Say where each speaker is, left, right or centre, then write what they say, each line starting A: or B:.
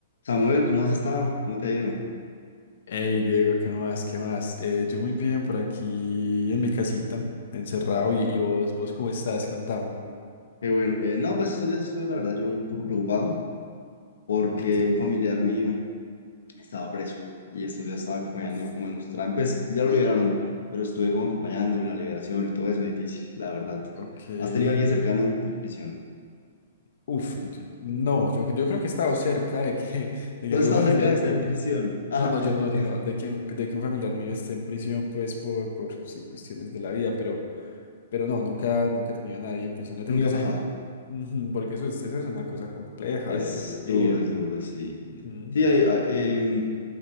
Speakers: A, on the left; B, on the left.
A: Samuel, ¿cómo has estado? ¿Cómo te ha ido?
B: Hey Diego, ¿qué más? ¿Qué más? Eh, yo muy bien por aquí en mi casita, encerrado. ¿Y, y vos, vos cómo estás? Contame.
A: Qué bueno, bien. No, pues estos días estuve, la verdad, yo un poco preocupado porque
B: Porque,
A: un familiar mío estaba preso y estos días estaba acompañándolo
B: Uf,
A: como en los trámites. Pues ya lo liberaron, pero estuve como acompañándolo en la liberación y todo eso, difícil, la verdad.
B: ok,
A: ¿Has tenido a alguien cercano en prisión?
B: uf, yo- no, yo, yo creo que he estado cerca de que, <laughs> de
A: ¿Tú
B: que algún
A: has estado
B: familiar
A: cerca de estar
B: mío,
A: en prisión? <laughs> Ajá,
B: no, no, yo no, yo
A: digo,
B: no, de que un, de que un familiar mío esté en prisión, pues por, por, sí, cuestiones de la vida, pero, pero no, nunca, nunca he tenido a nadie en prisión. No he
A: nunca
B: tenido
A: ha
B: ese,
A: pasado.
B: ujú, porque eso es, eso es una cosa compleja
A: Es
B: de, de vivir.
A: duro, es duro, sí.
B: Ujú,
A: Sí, hay- a- em,